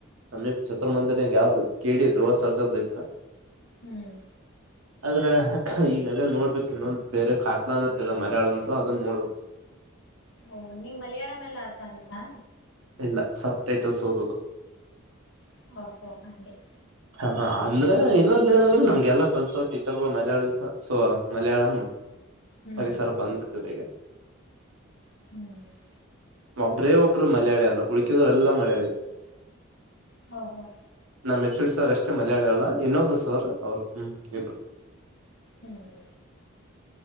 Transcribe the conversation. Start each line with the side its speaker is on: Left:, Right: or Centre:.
Right: ಸಮೀಪ ಚಿತ್ರಮಂದಿರಾಗ ಯಾವ್ದದು ಕೆ ಡಿ ದ್ರುವ ಸರ್ಜಾದು
Left: ಹ್ಮ್.
Right: ಅದ್ರ <unintelligible> ಈ ಅದೇ ನೋಡ್ಬೇಕು ಇನ್ನೊ ಬೇರೆ ಕಾಟ್ಲ ನಾ ಮಲಯಳಂದ ಅದನ್ನ ನೋಡ್ಬೇಕು.
Left: ಓ ನಿಮ್ಮ ಮಲಯಾಳಮ ಎಲ್ಲ ಅರ್ಥ ಆಗತ್ತಾ.
Right: ಇಲ್ಲ ಸಬ್ ಟೈಟಲ್ಸ ಹೋಗಬೇಕು.
Left: <inaudible>
Right: ಹ ಅಂದ್ರೆ ಇನ್ನೊಂದ ಏನಂದ್ರೆ ನಮ್ಗೆಲ್ಲಾ ಕಲ್ಸೋ ಟೀಚರ್ಗಳು ಮಲಯಾಳ ಯೂಸ್ ಸೊ ಮಲಯಾಳಂ.
Left: ಹ್ಮ್
Right: ಪರಿಸರ ಬಂದ್ಬಿಟ್ಟಿದೆ ಈಗ.
Left: ಹ್ಮ್ ಹ್ಮ್.
Right: ಒಬ್ಬ್ರೇ ಒಬ್ರು ಮಲಾಯಳಿ ಅಲ್ಲ ಉಳಕಿದ್ರೆಲ್ಲ ಮಲಯಳಿ.
Left: ಹೌದಾ ಹಾ.
Right: ನಮ್ಮ ಹೆಚ್ ಒ ಡಿ ಸರ್ ಅಷ್ಟೇ ಮಲಯಾಳಿಲಾ ಇನ್ನೊಬ್ರು ಸರ್ ಅವರು ಹ್ಮ್ ಇಬ್ರು.
Left: ಹ್ಮ್ ಹ್ಮ.